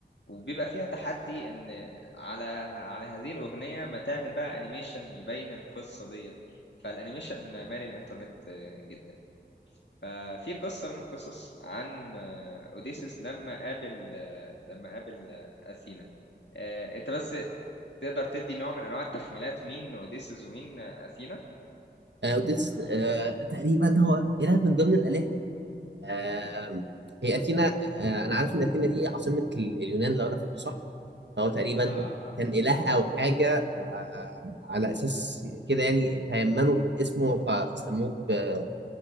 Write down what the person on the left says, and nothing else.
وبيبقى فيها تحدي ان على على هذه الاغنيه ما تعمل بقى انيميشن يبين القصه ديت فالانيميشن مالي الانترنت آه، جدا ففي قصه من القصص عن آه، اوديسيس لما قابل آه، لما قابل آه، اثينا آه، انت بس تقدر تدي نوع من انواع التخمينات مين اوديسيس ومين اثينا
اه